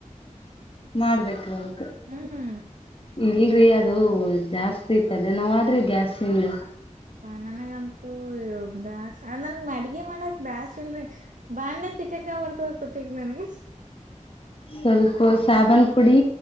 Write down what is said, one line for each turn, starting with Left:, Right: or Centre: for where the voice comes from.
Left: ಮಾಡ್ಬೇಕ್ರ ಅದಕ್
Right: ಹ ಹಾ
Left: ಇಲ್ರರಿ ಅದು ಜಾಸ್ತಿ ತಲೆನೋವು ಆದರೆ ಆದ್ರಿ ಗ್ಯಾಸ್ಂಗ
Right: ನನಗಂತೂ ಬ ನನಗ್ ಮಾಡಿ ಈ ಮಾಡಕ್ ಬೇಸ್ ಇಲ್ರರಿ ಬಾಂಡೆ ತಿಕ್ಕಕ ಬರ್ತದ ಗೊತ್ತಗ ನನಗೆ
Left: ಸ್ವಲ್ಪ ಸಾಬನ್ ಪುಡಿ